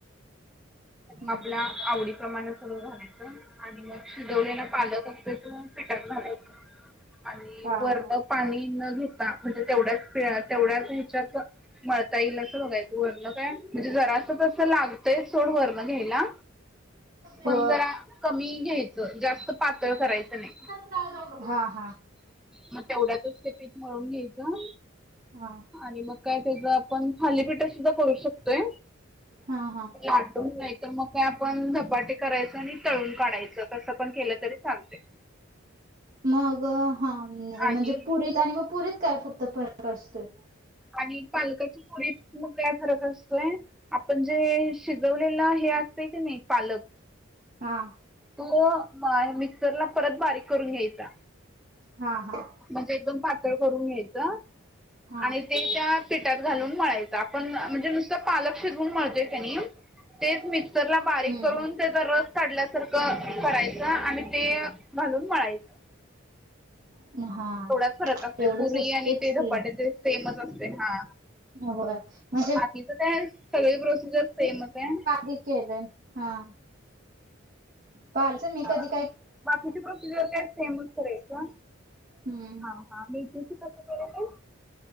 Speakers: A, on the right; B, in the centre.
A: हम्म
B: आपल्या
A: हम्म
B: आवडी प्रमाण सगळं घालायचं. आणि मग शिजवलेला पालक असतोय तो पिठात घालायचा. आणि
A: हा
B: वरण
A: हा
B: पाणी न घेता, म्हणजे तेवढ्याच पिळा तेवढ्याच ह्याच्यात- मळता येईल असं बघायचं, वरण काय म्हणजे, जरा अस तस लागतंय सोड वरण घ्यायला. पण
A: होय
B: जरा कमी घ्यायचं, जास्त पातळ करायचं नाही.
A: चालावं बघा हा
B: मग तेवढ्यातच ते पीठ मळून घ्यायचं.
A: हा,
B: आणि मग काय त्याच आपण थालीपीठ सुद्धा करू शकतोय.
A: हा हा
B: लाटून - तर मग काय आपण व, धपाटे करायचं आणि तळून काढायचं, कसं पण केलं तरी चालतंय.
A: मंग हां
B: आणि
A: म्हणजे पुरी आणि मंग पुरीत कायं फक्तं फरंक असतोय.
B: आणि पालकांच्या पुरीत मंग कायं फरंक असतोय. आपणं जे शिजवलेलं हे असते की नाहीं पालक.
A: हां,
B: तो मिक्संरला परंत बारीक करूंन घ्यांयचा.
A: हां हां.
B: म्हणजे एकदंम पातंळ करूंन घ्यायचंय
A: हा
B: आणि ते त्यांतं पिठांत घालूंन मळांयचं आपणं म्हणजे नुसतं पालक शिजवूंन मळतोय की नाहीं तेचं मं मिक्सरलां बारीक
A: हम्म
B: करूंन त्यांचा रसं काढल्यांसारखं करायचं आणि ते घालून मळायचं
A: हम्म हा
B: थोडांचं फरंक असतोय
A: एवढंच
B: पुरी
A: असतेच
B: आणि ते
A: की
B: धपाट्यांचे सेमचं असतंय हां.
A: होय म्हणजे
B: बााकीचं कायं सगळें प्रोसिजरं सेमचं आहे.
A: दिकेलं हां पालकचं मी
B: हा
A: कधीं
B: बाकीची प्रोसिजर कायं सेमचं करायचं
A: हम्म
B: हां. हां मेथीचं कसं केलांय ते